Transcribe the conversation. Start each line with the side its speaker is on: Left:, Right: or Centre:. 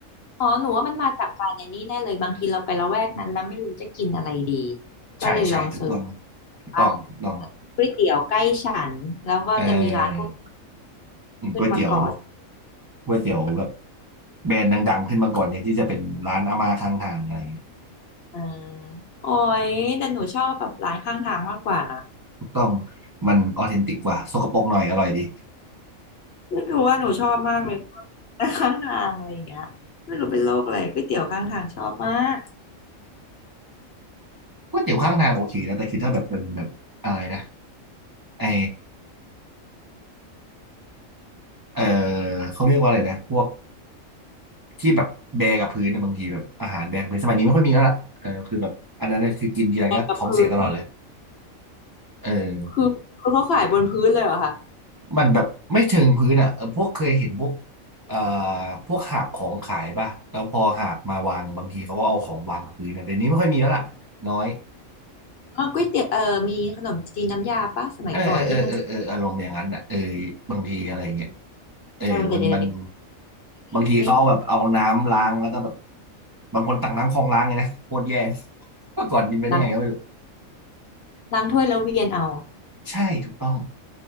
Left: อ๋อหนูว่ามันมาจากการในนี้แน่เลยบางทีเราไประแวกนั้นแล้วไม่รู้จะกินอะไรดี ก็เลยลองเสิร์ช
Right: ใช่ใช่ถูกต้องถูกต้องถูกต้อง
Left: ว่าก๋วยเตี๋ยวใกล้ฉันแล้วก็จะมีร้านพวก
Right: เออ
Left: ขึ้นมาก่อน
Right: ก๋วยเตี๋ยวก๋วยเตี๋ยวแบบแบรนด์ดังๆขึ้นมาก่อนเนี่ยที่จะเป็นร้านอาม่าข้างทางอะไรเงี้ย
Left: อ่าโอ้ยแต่หนูชอบแบบร้านข้างทางมากกว่านะ
Right: ถูกต้องมันออเทนติกกว่าสกปรกหน่อยอร่อยดี
Left: ไม่รู้ว่าหนูชอบมากเลยร้านข้างทางอะไรอย่างเงี้ยไม่รู้เป็นโรคอะไรก๋วยเตี๋ยวข้างทางชอบมาก
Right: ก๋วยเตี๋ยวข้างทางโอเคนะแต่คือถ้าแบบเป็นแบบอะไรนะไอเออเขาเรียกว่าอะไรนะพวกที่แบบแบกกับพื้นนะบางทีแบบอาหารแบกกับพื้นสมัยนี้ไม่ค่อยมีแล้วล่ะเออคือแบบอันนั้นน่ะคือกินทีไรก็ท้องเสียตลอดเลย
Left: แต่กับพื้นนี่
Right: เออ
Left: คือคือเขาขายบนพื้นเลยเหรอคะ
Right: มันแบบไม่เชิงพื้นอ่ะเออพวกเคยเห็นพวกเอ่อพวกหาบของขายป่ะแล้วพอหาบมาวางบางทีเขาก็เอาของวางกับพื้นนะเดี๋ยวนี้ไม่ค่อยมีแล้วล่ะน้อย
Left: อ๋อก๋วยเตี๋ยวเออมีขนมจีนน้ำยาปะสมัยก่อนที่มันจะ
Right: เออเออเออเออเอออารมณ์อย่างนั้นอ่ะเออบางทีอะไรเงี้ยเออมันมัน
Left: เออแต่เดี๋ยวนี้ไม่
Right: บางทีเขาเอาแบบเอาน้ำล้างแล้วก็แบบบางคนตักน้ำคลองล้างไงนะโคตรแย่ <laughs> เมื่อก่อนกินไปได้ไงก็ไม่รู้
Left: ล้างล้างถ้วยแล้วเวียนเอา
Right: ใช่ถูกต้อง